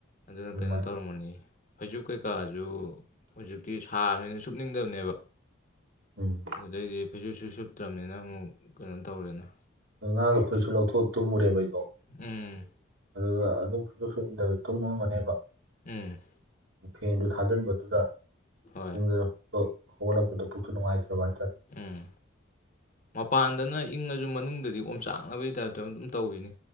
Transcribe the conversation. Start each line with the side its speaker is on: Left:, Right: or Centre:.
Left: ꯑꯗꯨꯅ
Right: ꯑꯗꯨꯃꯥꯏꯅ
Left: ꯀꯩꯅꯣ ꯇꯧꯔꯝꯃꯅꯤ ꯐꯩꯖꯨ ꯀꯩꯀꯥꯁꯨ ꯍꯧꯖꯤꯛꯇꯤ ꯁꯥꯕꯅꯤꯅ ꯁꯨꯞꯅꯤꯡꯗꯕꯅꯦꯕ
Right: ꯎꯝ
Left: ꯑꯗꯨꯗꯩꯗꯤ ꯐꯩꯖꯨꯞꯁꯨ ꯁꯨꯞꯇ꯭ꯔꯕꯅꯤꯅ ꯑꯃꯨꯛ ꯀꯩꯅꯣ ꯇꯧꯔꯦꯅ
Right: ꯉꯔꯥꯡꯗꯣ ꯐꯩꯖꯨꯞꯁꯨ ꯂꯧꯊꯣꯛꯑ ꯇꯨꯝꯃꯨꯔꯦꯕ ꯑꯩꯗꯣ
Left: ꯎꯝ
Right: ꯑꯗꯨꯒ ꯑꯗꯨꯝ ꯐꯁꯨꯁꯨ ꯏꯟꯗ ꯇꯨꯝꯝ ꯑꯃꯅꯦꯕ
Left: ꯎꯝ
Right: ꯐꯦꯟꯗꯨ ꯊꯥꯖꯤꯟꯕꯗꯨꯗ
Left: ꯍꯣꯏ
Right: ꯌꯦꯤꯡꯖꯔ ꯍꯣꯕ ꯄꯨꯅꯅꯨꯡꯉꯥꯏꯔ ꯑꯣꯏꯔꯦ
Left: ꯎꯝ ꯃꯄꯥꯟꯗꯅ ꯏꯪꯉꯁꯨ ꯃꯅꯨꯡꯗꯗꯤ ꯑꯣꯝꯆꯥꯛꯅꯕꯒꯤ ꯇꯥꯏꯞꯇ ꯑꯗꯨꯝ ꯇꯧꯋꯅꯤ